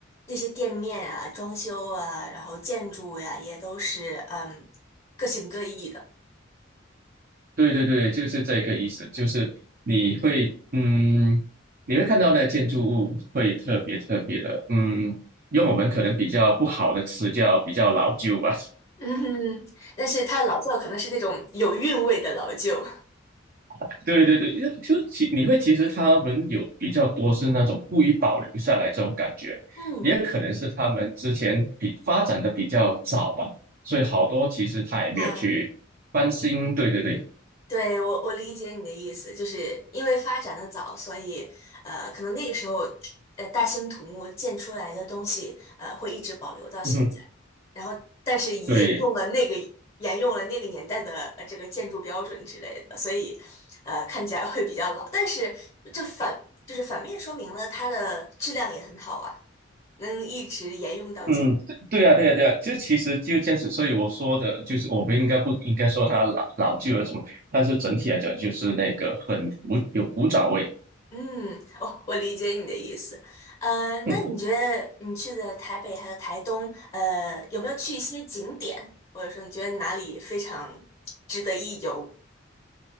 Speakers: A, on the left; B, on the right.
A: 那些店面啊、装修啊，然后建筑呀、也都是嗯各形各异的。
B: 对对对，就是这个意思，就是你会，嗯，你会看到那建筑物会特别特别的，嗯，用我们可能比较不好的词叫比较老旧吧。
A: 嗯哼，但是它的老窖可能是那种有韵味的老旧。
B: <laughs> 对对对，因为就其你会其实他们有比较多是那种故意保留下来这种感觉，
A: 嗯，
B: 也可能是他们之前比发展的比较早嘛，所以好多其实他也没有去翻新。
A: 啊，
B: 对对对，
A: 对，我我理解你的意思，就是因为发展的早，所以呃，可能那个时候呃大兴土木建出来的东西呃会一直保留到现在，
B: 嗯哼
A: 然后但是也用了那个沿用了那个年代的呃这个建筑标准之类的，
B: 对，
A: 所以呃看起来会比较老，但是这反就是反面说明了它的质量也很好啊，能一直沿用到今。
B: 嗯，对呀，对呀，对呀，这其实就这样子，所以我说的就是，我不应该不应该说它老老旧了什么，但是整体来讲，就是那个很古有古早味。
A: 嗯，哦，我理解你的意思。呃，
B: <laughs>
A: 那你觉得你去的台北还有台东，呃，有没有去一些景点，或者说你觉得哪里非常值得一游？